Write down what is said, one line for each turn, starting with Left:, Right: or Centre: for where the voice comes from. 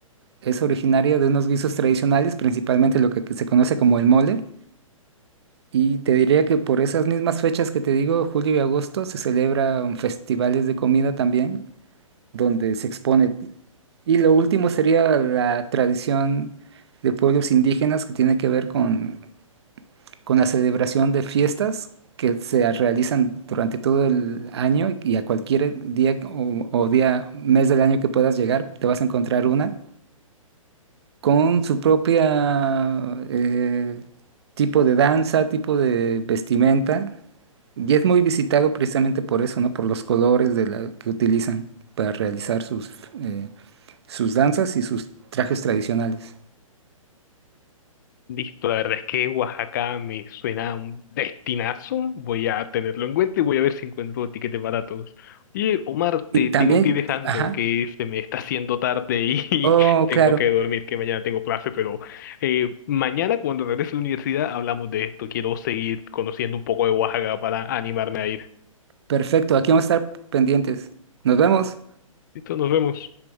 Right: es originaria de unos guisos tradicionales, principalmente lo que, que se conoce como el mole. Y te diría que por esas mismas fechas que te digo, julio y agosto, se celebran festivales de comida también, donde se expone. Y lo último sería la tradición de pueblos indígenas que tiene que ver con con la celebración de fiestas que se realizan durante todo el año y a cualquier día o, o día, mes del año que puedas llegar, te vas a encontrar una con su propia eh, tipo de danza, tipo de vestimenta. Y es muy visitado precisamente por eso, ¿no? Por los colores de la, que utilizan para realizar sus, eh, sus danzas y sus trajes tradicionales.
Left: Listo, la verdad es que Oaxaca me suena a un destinazo. Voy a tenerlo en cuenta y voy a ver si encuentro tiquetes baratos. Oye, Omar, te
Right: Y también,
Left: tengo que ir dejando,
Right: ajá,
Left: que se me está haciendo tarde y <laughs>
Right: oh,
Left: y tengo
Right: claro.
Left: que dormir, que mañana tengo clase, pero eh, mañana cuando regrese a la universidad hablamos de esto. Quiero seguir conociendo un poco de Oaxaca para animarme a ir.
Right: Perfecto, aquí vamos a estar pendientes. Nos vemos.
Left: Listo, nos vemos.